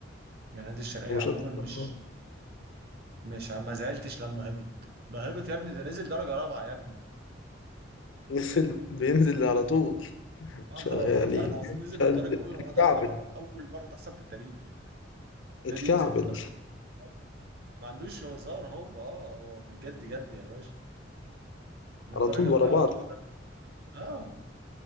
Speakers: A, on the right; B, on the left.
A: يعني نادي الشرقية
B: ومش
A: عموما
B: هتفرح
A: مش مش ما زعلتش لما هبط ده هبط يا ابني ده نزل درجة رابعة يا ابني
B: نزل بينزل على طول
A: اه
B: ش- يعني
A: والله العظيم نزل
B: شال-
A: من درجه اولى
B: اتكعبل
A: لدرجه رابعه اول مره تحصل في التاريخ
B: اتكعبل
A: نادي ينزل من درجه أولى لرابعه ما عندوش هزار هو اه هو في الجد جد يا باشا من
B: على
A: درجه
B: طول
A: اولى
B: ورا بعض
A: على طول درجة. اه